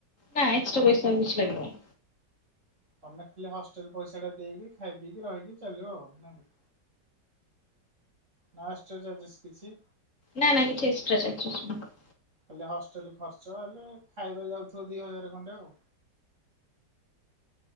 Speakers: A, on the left (about 45°); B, on the right (about 40°).
A: ନା ଏକ୍ସଟ୍ରା ପଇସା ଆଉ କିଛି ଲାଗିବନି।
B: ତମେ ଖାଲି ହଷ୍ଟେଲ ପଇସାଟା ଦେଇକି ଖାଇ ପିଇକି ରହିକି ଚାଲିବ ଆଉ ନାଁ କି! ନା ଏକ୍ସଟ୍ରା ଚର୍ଜେସ କିଛି?
A: ନା ନାଇଁ କିଛି ଏକ୍ସଟ୍ରା ଚର୍ଜେସ ନାହିଁ।
B: ହେଲେ ହଷ୍ଟେଲ ଖର୍ଚ୍ଚ ହେଲେ ଖାଇବା ଯାଉଥିବ ଦି ହଜାର ଖଣ୍ଡେ ଆଉ।